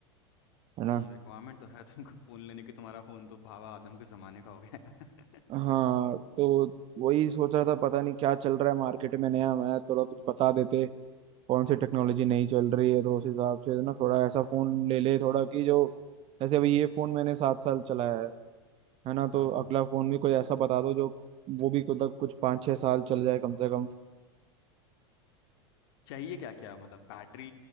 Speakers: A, on the right; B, on the left.
A: है
B: हम्म
A: ना
B: रिक्वायरमेंट तो है तुमको <laughs> फोन लेने की तुम्हारा फोन तो भावा आदम के जमाने का हो गया है।
A: हाँ तो वही सोच रहा था पता नहीं क्या चल रहा है मार्केट में नया मैं थोड़ा कुछ बता देते कौन सी टेक्नोलॉजी नई चल रही है तो उस हिसाब से ना थोड़ा ऐसा फोन ले ले थोड़ा कि जो जैसे अभी ये फोन मैंने सात साल चलाया है है ना तो
B: <laughs> हाँ
A: अगला फोन भी कोई ऐसा बता दो जो वो भी कुछ कुछ पाँच छह साल चल जाए कम से कम
B: चाहिए क्या क्या मतलब बैटरी